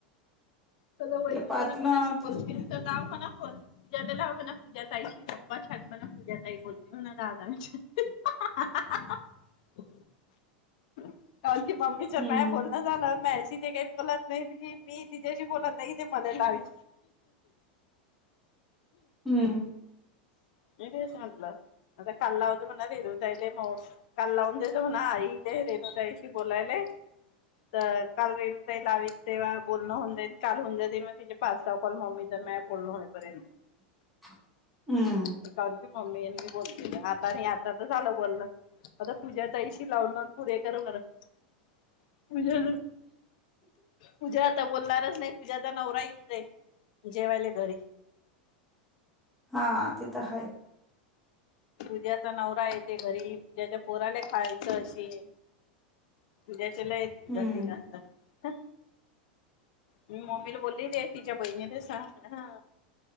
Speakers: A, on the left; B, in the centre.
A: त वै
B: पाती
A: पणा
B: ना
A: कोणाशी
B: ते.
A: बोलतील तर का होणा. पूजा बला होव ना पूजा ता शबा छड म ना पूजा ता बते म्ह ना द आजही. <inaudible>
B: <unintelligible>
A: काली मम्मीच्या
B: हम्म
A: म बोलण झालं म अशी ते काय बोलत नाही की मी तिच्याशी बोलत नाही ते मले लावील.
B: हम्म
A: मी तेच म्हटलं. आता काल लावुन देजो म्हणा रेणुताईले काल लाऊन देजो म्हणा आईले रेणु होता यायशी बोलायले. तर काल रेणुताई लावीण तेव्हा बोलणं होऊन जाईल काल होऊन जातील मग तिचे पाच सहा कॉल मम्मी <unintelligible>
B: <unintelligible> हम्म.
A: काकी मम्मी यांनी मी बोलते आता आता तर झालं बोललं आता पुजा ताईशी लावुन लावुन पुरे कर बर पूजा, पूजा आता बोलणारच नाही पूझ्याचा नवरा येऊन जाई जेवायले घरी.
B: हा ते तर हाय.
A: पुज्याचा नवरा येते घरी पूज्याच्या पोराला खायचं असेल.
B: <inaudible>
A: त्याचे लय
B: हम्म
A: झनझट असता. मी मम्मीला बोलली रे तिच्या बहिणी ले सांग ह.